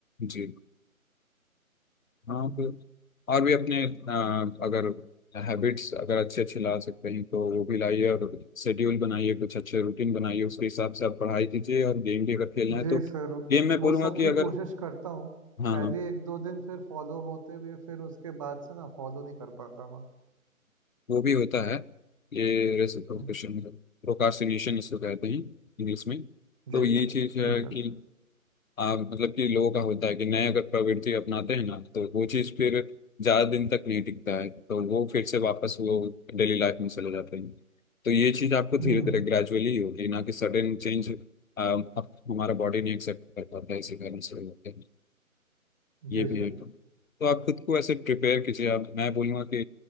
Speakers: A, on the left (about 70°); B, on the right (about 25°).
A: जी हाँ
B: हम्म,
A: तो और भी अपने आ, अगर हैबिट्स अगर अच्छे अच्छे ला सकते हैं तो वो भी लाइए और शेड्यूल बनाइए कुछ अच्छे रूटीन बनाइए उसके हिसाब से आप पढ़ाई कीजिए और गेम भी अगर खेलना है
B: जी
A: तो
B: सर
A: गेम में
B: वो
A: बोलूँगा
B: सब
A: कि
B: की
A: अगर
B: कोशिश करता हूँ
A: हाँ
B: पहले
A: हाँ
B: एक दो दिन फिर फॉलो होते हुए फिर उसके बाद से ना फॉलो नहीं कर पाता मैं
A: वो भी होता है ये रेसिप्रोकेशन
B: हम्म,
A: प्रोकास्टिनेशन इसको कहते हैं इंग्लिश में तो
B: जी
A: ये
B: सर
A: चीज़ है
B: जी सर
A: कि हाँ मतलब कि लोगों का होता है कि नए अगर प्रवृत्ति अपनाते हैं ना तो वो चीज़ फिर ज़्यादा दिन तक नहीं टिकता है तो वो फिर से वापस वो डेली लाइफ में चले जाते हैं तो ये चीज़ आपको धीरे
B: हम्म
A: धीरे ग्रेजुअली होगी ना कि सडन चेंज हमारा बॉडी नहीं एक्सेप्ट कर पाता है इसी कारण से होते हैं ये
B: जी
A: भी
B: सर
A: है तो आप खुद को ऐसे प्रिपेयर कीजिए आप मैं बोलूँगा कि